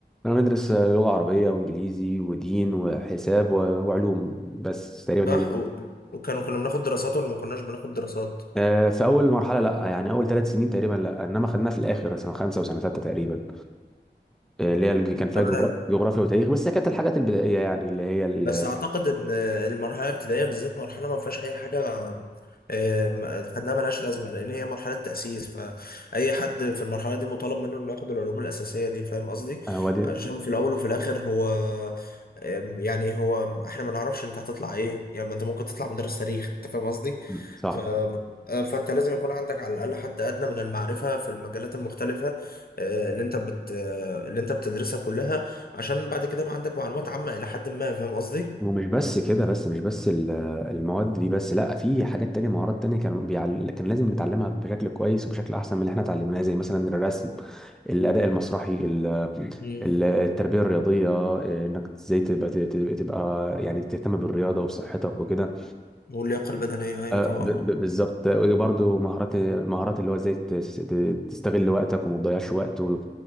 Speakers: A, in the centre; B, on the left.
A: انا بدرس لغه عربيه وانجليزي ودين وحساب و- وعلوم بس تقريبا
B: صح
A: هي دي
B: و... وكانوا كنا بناخد دراسات ولا ما كناش بناخد دراسات
A: آه، في اول مرحله لا يعني اول ثلاث سنين تقريبا لا انما خدناها في الاخر سنه خمسه وسنه سته تقريبا آه، اللي هي الج- كان فيها
B: تمام
A: جغرا- جغرافيا وتاريخ بس هي كانت الحاجات البدائيه يعني اللي هي ال-
B: بس اعتقد ان المرحله الابتدائيه بالذات مرحله ما فيهاش اي حاجه آه، ما- خدناها ملهاش لازمه لان هي مرحله تاسيس فاي حد في المرحله دي مطالب منه انه ياخد العلوم الاساسيه دي فاهم قصدي
A: آه، هو دي
B: عشان في الاول وفي الاخر هو آم، يعني هو احنا ما نعرفش انت هتطلع ايه يعني ما انت ممكن تطلع مدرس تاريخ انت فاهم قصدي
A: مم. صح
B: ف... آه، فانت لازم يكون عندك على الاقل حتى ادنى من المعرفه في المجالات المختلفه آه، اللي انت بت... آه، اللي انت بتدرسها كلها عشان بعد كده بقى عندك معلومات عامة إلى حد ما فاهم قصدي؟
A: ومش بس كده بس مش بس ال- المواد دي بس لا في حاجات تانية مهارات تانية كانوا بيعل... كان لازم نتعلمها بشكل كويس وبشكل احسن من اللي احنا اتعلمناه زي مثلا الرسم الاداء المسرحي ال-
B: مم.
A: ال- التربية الرياضية انك ازاي تبقى تبقى تبقى يعني تهتم بالرياضة وبصحتك وكده
B: واللياقة البدنية أيوة
A: آه،
B: طبعا
A: ب- ب- بالظبط برضه مهارات مهارات اللي هو ازاي ت- ت- تستغل وقتك وما تضيعش وقت و-